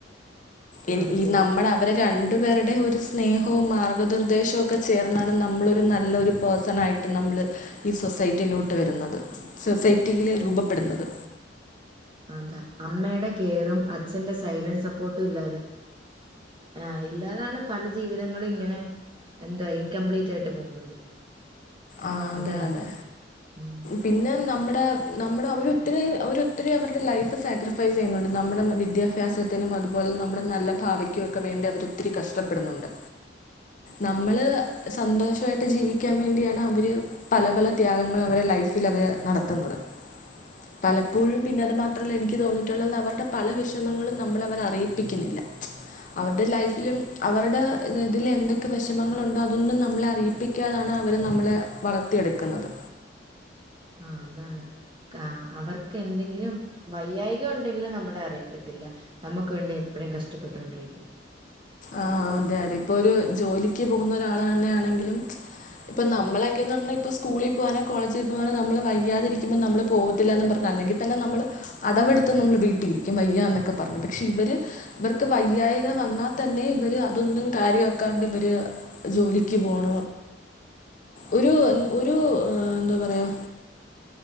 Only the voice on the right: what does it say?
ആ
അതെ
അതെ
അതാ അമ്മയുടെ കെയറും അച്ഛന്റെ സൈലന്റ് സപ്പോർട്ടും ഇല്ലാതെ ആ ഇല്ലാതാണ് പല ജീവിതങ്ങളും ഇങ്ങനെ എന്താ ഇൻകംപ്ലീറ്റ് ആയിട്ട് പോകുന്നത്
അത് വേണം
ഉം
ആഹ് അതാണ് ആ അവർക്ക് എന്തെങ്കിലും വൈയായികം ഉണ്ടെങ്കിലും നമ്മളെ അറിയിക്കത്തില്ല നമുക്ക് വേണ്ടി എപ്പഴും കഷ്ടപ്പെട്ടൊണ്ടിരിക്കും